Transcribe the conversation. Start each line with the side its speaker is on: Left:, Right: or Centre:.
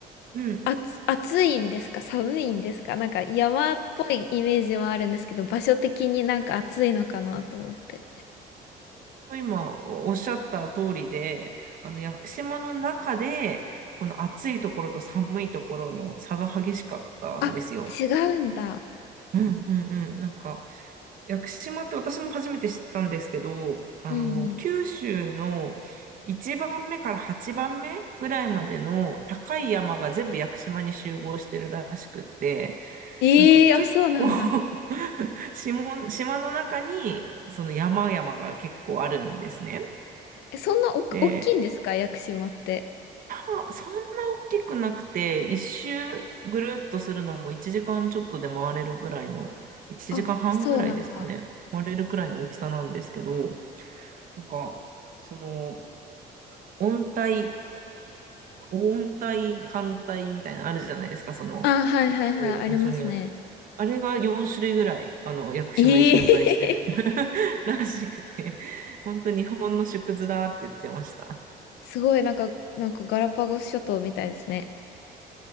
Right: うん、
Left: あつ、暑いんですか寒いんですかなんか山っぽいイメージもあるんですけど、場所的になんか暑いのかなと思って。
Right: 今おおっしゃった通りで、あの、屋久島の中で、この暑いところと寒いところの差が激しかったんですよ。
Left: あ、違うんだ。
Right: うんうんうん。なんか、屋久島って私も初めて知ったんですけど、あの、
Left: うんうん。
Right: 九州の1番目から8番目ぐらいまでの高い山が全部屋久島に集合してるらしくって、
Left: ええあ、
Right: なんか結構
Left: そうなんだ。
Right: <laughs> 島、島の中にその山々が結構あるんですね。
Left: え、そんなおっ、
Right: で、
Left: 大きいんですか、屋久島って。
Right: あ、そんな大きくなくて、一周ぐるっとするのも1時間ちょっとで回れるぐらいの、1時間半ぐらいですかね。
Left: あ、そうなんだ。
Right: 回れるくらいの大きさなんですけど、なんか、その、温帯、温帯、寒帯みたいなのあるじゃないですか、その、
Left: あ、はいはいはい、
Right: こう場所によって。
Left: ありますね。
Right: あれが4種類ぐらい、あの、屋久島に存在してる
Left: ええ
Right: <laughs> らしくて、本当日本の縮図だって言ってました。
Left: <laughs> すごい、なんか、なんかガラパゴス諸島みたいですね。